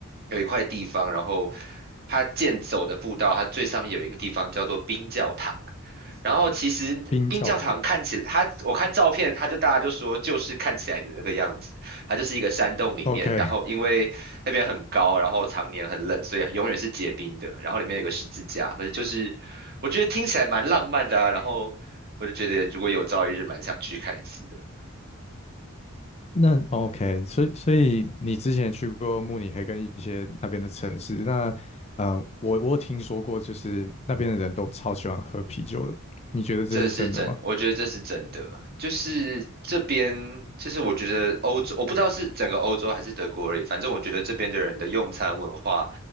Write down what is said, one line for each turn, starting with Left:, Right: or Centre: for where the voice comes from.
Right: 有一块地方，然后它健走的步道，它最上面有一个地方叫做冰教堂。然后其实冰教堂看起来，
Left: 冰教堂。
Right: 它我看照片，它就大家就说就是看起来的那个样子，它就是一个山洞里面，
Left: OK，
Right: 然后因为那边很高，然后常年很冷，所以永远是结冰的。然后里面有个十字架，可是就是我觉得听起来蛮浪漫的啊。然后我就觉得如果有朝一日蛮想去看一次的。
Left: <laughs> 那 OK，所以所以你之前去过慕尼黑跟一些那边的城市，那呃，我我有听说过，就是那边的人都超喜欢喝啤酒的，你觉得这是真的吗？
Right: 这是真，我觉得这是真的。就是这边，就是我觉得欧洲，我不知道是整个欧洲还是德国而已，反正我觉得这边的人的用餐文化，